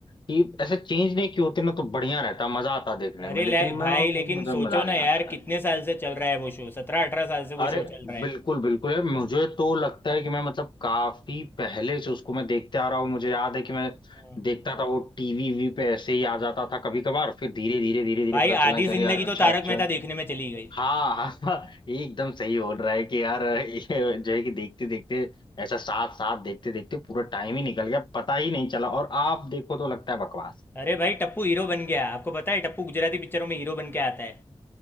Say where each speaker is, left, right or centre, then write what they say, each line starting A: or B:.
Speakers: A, on the left (about 50°); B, on the left (about 20°).
A: कि ऐसे चेंज नहीं किए होते ना तो बढ़िया रहता मजा आता देखने में
B: अरे
A: लेकिन
B: ले, भाई
A: मैं
B: लेकिन
A: मुझे
B: सोचो
A: मजा नहीं
B: ना यार
A: आता है
B: कितने साल से चल रहा है वो शो सत्रह अठारह साल से
A: अरे
B: वो शो चल रहा
A: बिल्कुल
B: है
A: बिल्कुल है मुझे तो लगता है कि मैं मतलब काफी पहले से उसको मैं देखते आ रहा हूँ मुझे याद है कि मैं
B: हाँ,
A: देखता था वो टीवी वी पे ऐसे ही आ जाता था कभी कभार
B: हाँ।
A: फिर धीरे धीरे धीरे धीरे
B: भाई
A: पता
B: आधी
A: चला कि अरे
B: जिंदगी
A: यार अच्छा
B: तो तारक
A: अच्छा
B: मेहता देखने में चली गई
A: हाँ हाँ हाँ, ये एकदम सही बोल रहा है कि यार ये जो है कि देखते देखते ऐसा साथ साथ देखते देखते पूरा टाइम ही निकल गया पता ही नहीं चला और आप देखो तो लगता है बकवास
B: अरे भाई टप्पू हीरो बन गया आपको पता है टप्पू गुजराती पिक्चरों में हीरो बन के आता है